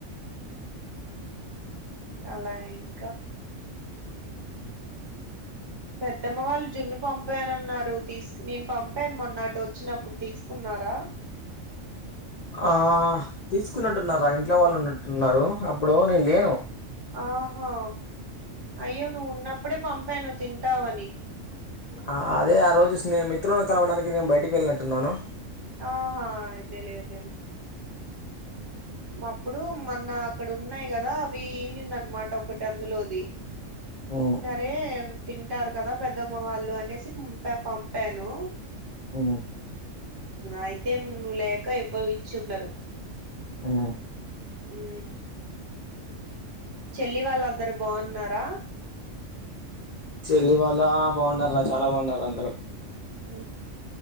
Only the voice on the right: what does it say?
అలా ఇంకా పెద్దమ్మ వాళ్ళు జున్ని పంపాన అన్నారు తీసు నేను పంపాను మొన్న అటు వచ్చినప్పుడు తీసుకున్నారా
ఆహా అయ్యో నువ్వు ఉన్నప్పుడే పంపాను తింటావని
ఆహా ఇదేలే అదేలే అప్పుడు మొన్న అక్కడ ఉన్నాయి కదా అవి ఇనింది అనమాట ఒకటి అందులోది
సరే తింటారు కదా పెద్దమ్మ వాళ్ళు అనేసి ప పంపాను
అయితే నువ్వు లేక ఇవ్వ ఇచ్చి ఉండరు
ఉ చెల్లి వాళ్ళు అందరు బాగున్నారా
ఊ